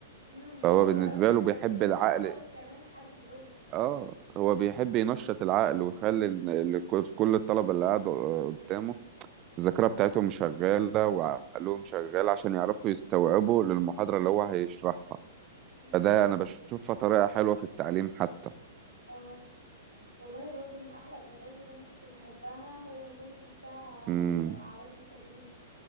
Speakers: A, on the right (about 90°); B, on the right (about 30°).
A: امم
B: فهو
A: حلوة
B: بالنسبه
A: قوي يعني
B: له بيحب
A: كان بيبقى
B: العقل
A: فيه مقابل كمان لحل اللغز
B: اه هو بيحب ينشط العقل ويخلي ال- ال- كل كل الطلبه اللي قاعدوا قدامه الذاكره بتاعتهم شغاله وعقلهم شغال عشان يعرفوا يستوعبوا للمحاضره اللي هو هيشرحها
A: امم
B: فده انا بشوفها طريقه حلوه في التعليم حتى
A: اه والله برضو من احلى الالغاز اللي انا كنت بحبها هو اللغز بتاع
B: امم
A: لو اعواد الكبريت